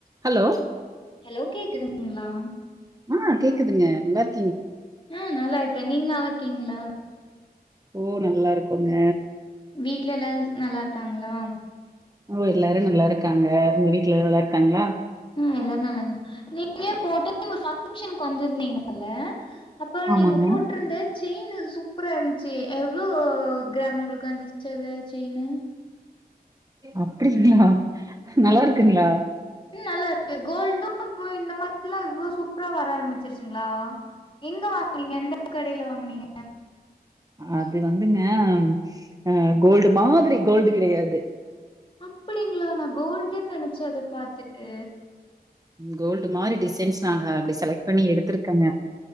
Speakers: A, on the right; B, on the left.
A: Hello
B: hello கேக்குதுங்களா
A: ஆ கேக்குதுங்க நல்லாருக்
B: ஆ நல்லாருக்கே நீங்க நல்லாருக் கீங்களா
A: ஓ நல்லா இருக்கோங்க
B: வீட்ல எல்லா நல்லா இருக்காங்களா
A: ஓ எல்லாரு நல்லா இருக்காங்க உங்க வீட்ல எல்லா நல்லா இருக்காங்களா
B: ஆ எல்லாரு நல்லா இருந்தா நீங்க போன டைம் ஃபங்ஷன்க்கு வந்திருந்தீங்கள்ல அப்போ
A: ஆமாங்க
B: நீங்க போட்ருந்த செயின் சூப்பரா இருந்துச்சு எவ்ளோ கிராம் உங்களுக்கு வந்துச்சு அது செயினு
A: அப்டிங்களா நல்லா இருக்குங்களா
B: ம் நல்லா இருக்கு கோல்டு இப்ப இந்த மாரில்லா இவ்வளோ சூப்பரா வர ஆரம்பிச்சிருச்சிங்களா எங்க வாங்குனீங்க எந்த கடையில வாங்குனீங்க
A: அது வந்துங்க அ கோல்டு மாதிரி கோல்டு கிடையாது
B: அப்படிங்களா நா கோல்டுன் நெனைச்சே அத பாத்துட்டு
A: கோல்டு மாறி டிஸ் சைன் நாங்க அப்டி செக் பண்ணி எடுத் த்து இருக்கங்க